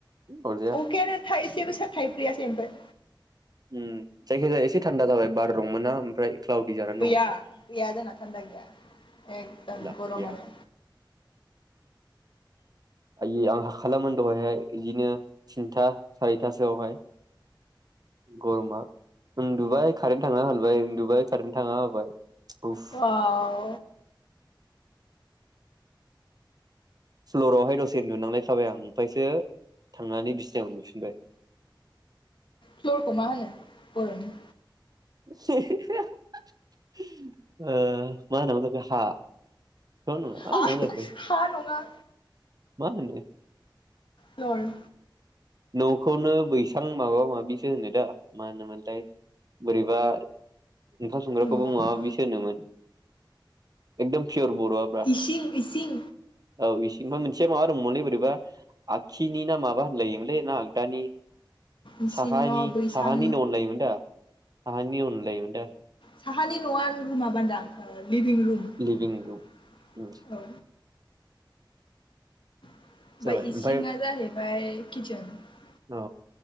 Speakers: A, on the right; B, on the left.
A: अरजाया
B: अखायानो थायसेबो सा थाइप्रियासै ओमफ्राय।
A: उम जायखिजाया एसे थान्दा जाबाय बार दं मोनना। ओमफ्राय क्लाउदि जानानै
B: गैया
A: दं एसे
B: गैया जोंना थान्दा गैया एकदम
A: लाब
B: गरमानो।
A: गैया आयो आं हाखालामोन दहायहाय इदिनो थिनथा सारिथासोआवहाय गरमा। उन्दुबाइ खारेन थांना होलायबाय उन्दुबाइ खारेन थांना होबाय। उफ
B: अवाव।
A: फ्ल'रावहाय दसे उन्दुनांलायखाबाय आं। ओमफ्रायसो थांनानै बिसनायाव उन्दुफिनबाय।
B: फ्लरखौ माहोनो बर'नि?
A: <unintelligible> मा होनो हा? थ' नङा
B: हा
A: मा होननांगौ जाखो
B: हा नङा।
A: मा होनोमोनलै?
B: दर।
A: न'खौनो बैसां माबा माबिसो होनो दा मा होनोमोनलाय बोरैबा ओंखाम संग्राखौबो
B: न'
A: माबा माबिसो होनोमोन। एकदम पियर बर'आ ब्रा
B: इसिं इसिं
A: <inaudible> औ इसिं मा ओमफ्राय मोनसेया माबा दंमोनलै बोरैबा खिनि ना माबा होनलायोमोन बे ना आगदानि
B: इसिं
A: साहानि
B: न' बैसां
A: साहानि न होनलायोमोन दा साहानि न होनलायोमोन दाथृई
B: साहानि न'आ रुमा बान्दा ओं लिभिं रुम
A: लिभिं रुम
B: <inaudible>
A: उम
B: औ। ओमफ्राय
A: जाबाय ओमफ्राय
B: इसिङा जाहैबाय किसजेन <unintelligible>
A: औ